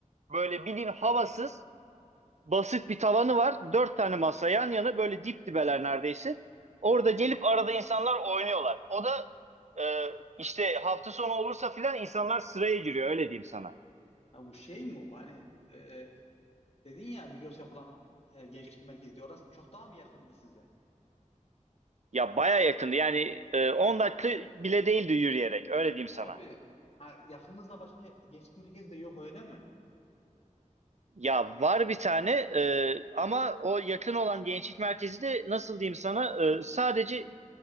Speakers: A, on the right; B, on the left.
A: böyle bilin havasız basit bir tavanı var. Dört tane masa yan yana böyle dip dibeler neredeyse. Orada gelip arada insanlar oynuyorlar. O da e, işte hafta sonu olursa filan insanlar sıraya giriyor öyle diyeyim sana.
B: Ha, bu şey mi bu? Hani e, dedin ya Migros yapılan e, gençlik merkezi diye. Orası çok daha mı yakındı size?
A: Ya baya yakındı yani e, 10 dakika bile değildi yürüyerek öyle diyeyim
B: Abi
A: sana.
B: ha, yakınızda başka gençlik merkezi de yok öyle mi?
A: Ya var bir tane e, ama o yakın olan gençlik merkezi de nasıl diyeyim sana e, sadece